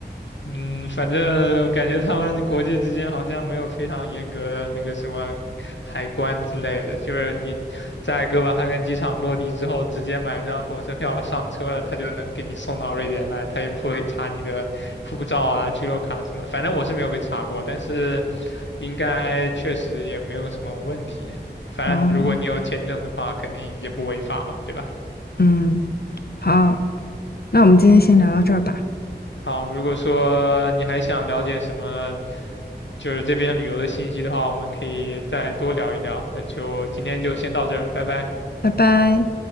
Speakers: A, on the left; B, on the left.
A: 嗯，反正感觉他们国际之间好像没有非常严格的那个什么海关之类的，就是你在哥本哈根机场落地之后，直接买一张火车票上车了，他就能给你送到瑞典来，他也不会查你的护照啊、居留卡什么的。反正我是没有被查过，但是应该确实也没有什么问题。反正如果你有签证的话，
B: 哦，
A: 肯定也不违法嘛，对吧？
B: 嗯，好，
A: 嗯。
B: 那我们今天先聊到这儿吧，
A: 好，如果说你还想了解什么，就是这边旅游的信息的话，我们可以再多聊一聊。那就今天就先到这儿，拜拜。
B: 拜拜。